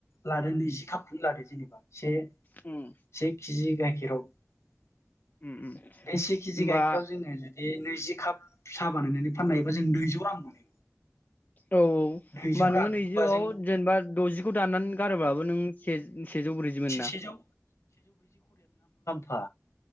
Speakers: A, on the left; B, on the left.
A: लादो नैजि खापखौनो लादो जेनेबा से
B: उम
A: से खिजि गाइखे <unintelligible>
B: उम उम
A: बे से केजि
B: होमबा
A: गाइखेराव जोङो जुदि बे नैजि काप सा बानायनानै फाननो हायोबा जों नैजौ रां मोनो।
B: औ औ होमबा
A: नैजौ
B: नोङो
A: रां होमबा
B: नैजौआव
A: जों
B: जेनेबा द'जिखौ दाननानै गारोबाबो नों से-सेजौ ब्रैजि मोनो ना।
A: सेजौ फा।